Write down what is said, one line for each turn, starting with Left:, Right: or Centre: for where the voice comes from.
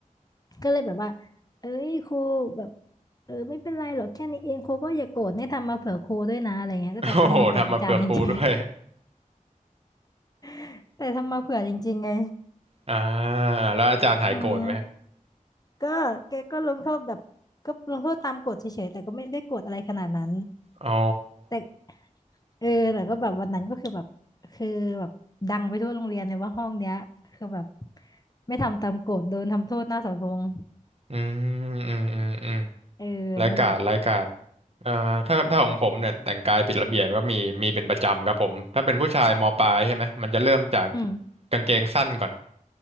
Left: ก็เลยแบบว่าเอ้ยครูแบบเออไม่เป็นไรหรอกแค่นี้เองครูก็อย่าโกรธเนี่ยทำมาเผื่อครูด้วยนะอะไรเงี้ยก็แต่ทำมาเผื่ออาจารย์จริงๆ
Right: โอ้โหทำมาเผื่อครูด้วย
Left: <laughs> แต่ทำมาเผื่อจริงๆไง
Right: <laughs> อ่าแล้วอาจารย์หายโกรธไหม
Left: อืมก็แกก็ลงโทษแบบก็ลงโทษตามกฎเฉยๆแต่ก็ไม่ได้โกรธอะไรขนาดนั้น
Right: อ๋อ
Left: แต่เออแต่ก็แบบวันนั้นก็คือแบบคือแบบดังไปทั่วโรงเรียนเลยว่าห้องเนี้ยคือแบบไม่ทำตามกฎโดนทำโทษหน้าเสาธง
Right: อืม อืม อืมอืม
Left: เออนั่นแหละ
Right: รายการรายการเอ่อถ้าถ้าของผมเนี่ยแต่งกายผิดระเบียบก็มีมีเป็นประจำครับผมถ้าเป็นผู้ชายมปลายใช่ไหมมันจะเริ่มจาก
Left: อืม
Right: กางเกงสั้นก่อน